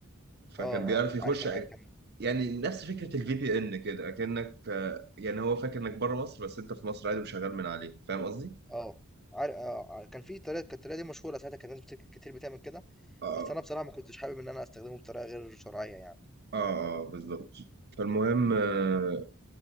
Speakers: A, on the right (about 50°); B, in the centre.
A: فكان
B: اه
A: بيعرف
B: اه
A: يخش
B: عارف انا كان
A: يعني نفس فكرة الفي بي ان كده اكنك آه، يعني هو فاكر انك بره مصر بس انت في مصر عادي وشغال من عليه فاهم قصدي؟
B: اه عارف آه آه، كان في طريقه كانت الطريقه دي مشهوره ساعتها كانت ناس بت- كتير بتعمل كده
A: اه
B: بس انا بصراحه ما كنتش حابب ان انا استخدمه بطريقه غير شرعيه يعني
A: اه اه بالظبط فالمهم آه،